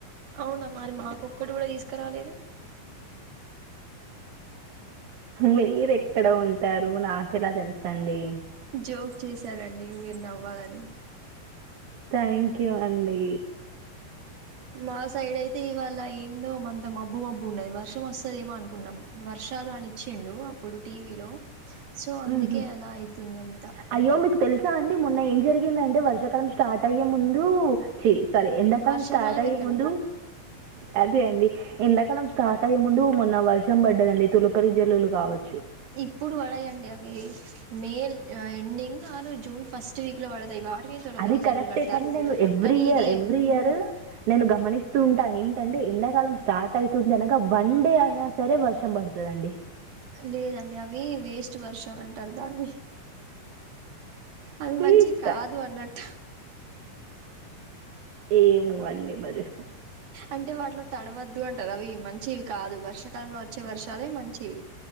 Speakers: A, on the right (about 85°); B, on the right (about 65°).
A: అవునా మరి మాకొక్కటి కూడా తీసుకురాలేదు
B: మీరు ఎక్కడ ఉంటారు నాకెలా తెలుసండి
A: జోక్ చేశారండి మీరు నవ్వాలని
B: థ్యాంక్ యూ అండి
A: మా సైడ్ అయితే ఇవాళ ఏందో మతం మబ్బు మబ్బు ఉండది వర్షం వస్తుదేమో అనుకున్నాం వర్షం ర్షాలు అని ఇచ్చాండు అప్పుడు టీవీలో సో అందుకే
B: హుహు.
A: అలా అయితుంది అంతా
B: అయ్యో! మీకు తెలుసా అండి మొన్న ఏం జరిగిందంటే వర్షాకాలం స్టార్ట్ అయ్యే ముందు చి సారీ ఎండాకాలం
A: వర్షాకాలం
B: స్టార్ట్ అయ్యే
A: ఎక్కడ
B: ముందు అదే అండి ఎండాకాలం స్టార్ట్ అయ్యే ముందు మొన్న వర్షం పడ్డదండి తులకరి జల్లులు కావచ్చు
A: ఇప్పుడు పడాయండి అవి మేల్ మే ఎండింగ్ ఆరు జూన్ ఫస్ట్ వీక్ లో పడతాయి వాటిని తొలకరి
B: అది
A: జల్లులు
B: కరెక్టే
A: అంటారు
B: కానీ నేను ఎవ్రీ
A: కానీ
B: ఇయర్
A: ఇది
B: ఎవ్రీ ఇయర్ నేను గమనిస్తూ ఉంటా ఏంటండి ఎండాకాలం స్టార్ట్ అయితుంది అనక వన్ డే అయినా సరే వర్షం పడుతదండి
A: లేదండి అవి వేస్ట్ వర్షాలు అంటారు దాన్ని అవి
B: తీస్తా
A: మంచి కాదు అన్నట్
B: ఏము మళ్ళీ మరి
A: అంటే వాటిలో తడవద్దు అంటారు అవి మంచివి కాదు వర్షాకాలంలో వచ్చే వర్షాలే మంచివి